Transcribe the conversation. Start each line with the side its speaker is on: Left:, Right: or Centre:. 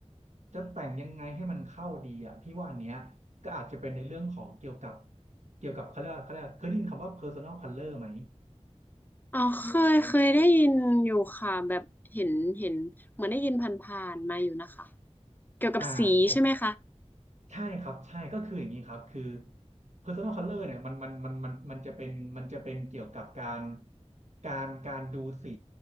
Right: จะแต่งยังไงให้มันเข้าดีอ่ะพี่ว่าอันเนี้ยก็อาจจะเป็นในเรื่องของเกี่ยวกับเกี่ยวกับเขาเรียกว่าเขาเรียกว่าเคยได้ยินคำว่า personal color ไหม
Left: อ๋อเคยเคยได้ยินอยู่ค่ะแบบเห็นเห็นเหมือนได้ยินผ่านๆมาอยู่นะคะเกี่ยวกับสีใช่ไหมคะ
Right: อ่าโอ ใช่ครับใช่ก็คืออย่างนี้ครับคือ personal color เนี่ยมันมันมันมันมันจะเป็นมันจะเป็นเกี่ยวกับการการการดูสี